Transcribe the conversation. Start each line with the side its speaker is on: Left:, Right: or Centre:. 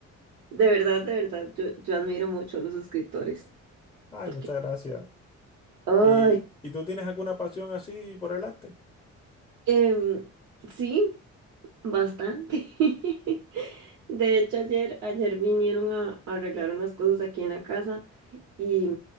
Right: De verdad, de verdad, yo, yo admiro mucho a los escritores.
Left: Ay,
Right: Porque,
Left: muchas gracias.
Right: ay,
Left: ¿Y, y tú tienes alguna pasión así por el arte?
Right: em, sí, bastante. <laughs> De hecho, ayer, ayer vinieron a, a arreglar unas cosas aquí en la casa. y